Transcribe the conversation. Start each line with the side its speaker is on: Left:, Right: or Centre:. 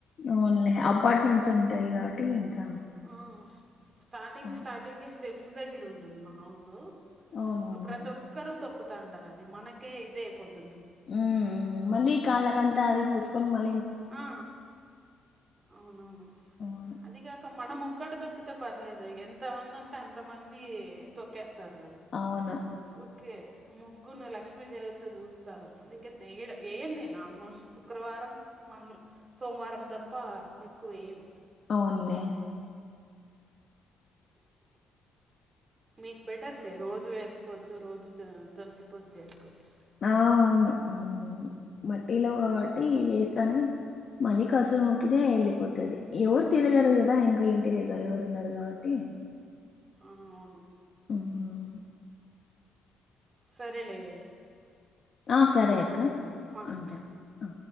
Left: ఓన్లీ అపార్ట్మెంట్స్ ఉంటాయి కాబట్టి ఇంకా
Right: ఆస్ స్టార్టింగ్
Left: అవును
Right: స్టార్టింగే స్టెప్స్ దగ్గర ఉంటుంది మా హౌసూ.
Left: అవునవును
Right: అ ప్రతి ఒక్కరూ తొక్కు తాంటారు అది మనకే ఇదై పొతు
Left: ఊఊ మళ్ళీ కాలకంతా అది పూస్ కొన్ మల్
Right: ఆ అవునవును.
Left: అవును
Right: అదిగాక మనము ఒక్కటి తొక్కితే పర్లేదే ఎం తమంది అంటే ఎంతమందీ తొక్కేస్తారు.
Left: అవును
Right: ఊర్కే ముగ్గుని లక్ష్మీదేవితో చూస్తారు. అందుకే థెయిడ్ యెయ్యను నేను ఆల్మోస్ట్ శుక్రవారం మందులు సోమవారం తప్ప ఎక్కువ వేయను
Left: అవునులే
Right: మీకు బెటర్లే రోజు వేసుకోవచ్చు రోజు తులసి పూజ చేసుకోవచ్చు.
Left: ఆ అవును హ్ మట్టిలో కాబట్టి ఇవి వేస్తానే మల్లి హసురు మొక్కితే వెళ్ళిపోతాది. ఎవరు తిరగరు గాదా ఇంకా ఇంటి దగ్గర ఎవరు ఉండరు. కాబట్టి
Right: ఆ, అవును
Left: ఉమ్,
Right: సరేలే
Left: ఆ సరే అయి క్క
Right: మనకు
Left: ఉంటా ఆ